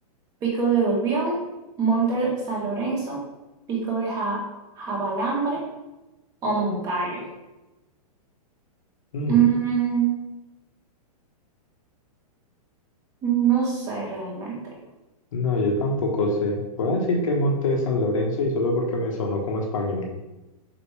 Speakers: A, on the right; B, on the left.
A: Pico de Urbión, Monte San Lorenzo, Pico de Ja- Jabalambre o Moncayo.
B: Mm,
A: Mm, no sé realmente.
B: no, yo tampoco sé. Puedo decir que Monte de San Lorenzo y solo porque me sonó como español.